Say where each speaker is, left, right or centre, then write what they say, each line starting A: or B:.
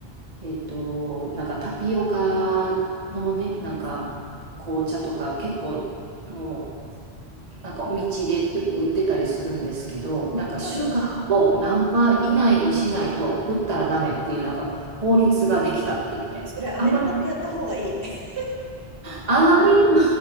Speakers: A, on the right (about 40°); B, on the right (about 60°).
A: えっと、なんかタピオカのね、なんか紅茶とか結構もう、なんかお道でよく売ってたりするんですけど、なんかシュガーを何パー以内にしないと売ったらダメっていうなんか法律ができたって言って、
B: はい。それ、アメリカもやった方がいい。
A: あま
B: <laughs>
A: あまりにも、